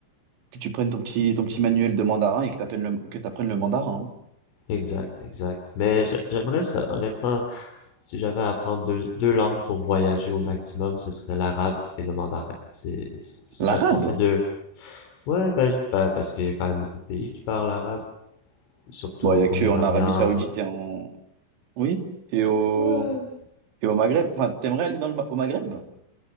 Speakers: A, on the right; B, on the left.
A: que tu prennes ton petit, ton petit manuel de mandarin et que t'apprennes le, que t'apprennes le mandarin. hein.
B: Exact, exact. Mais j'a- j'aimerais ça, honnêtement. Si j'avais à apprendre deux, deux langues pour voyager au maximum, ce serait l'arabe et le mandarin. C'est, c'est- si
A: L'arabe.
B: j'apprends ces deux, ouais, ben, ben, parce qu'il y a quand même beaucoup de pays qui parlent arabe, surtout
A: Bon,
B: au
A: il n'y a que
B: Moyen-Orient.
A: en Arabie Saoudite et en. Oui. Et au,
B: Ouais,
A: et au Maghreb. Enfin, t'aimerais aller dans le, Ma- au Maghreb, je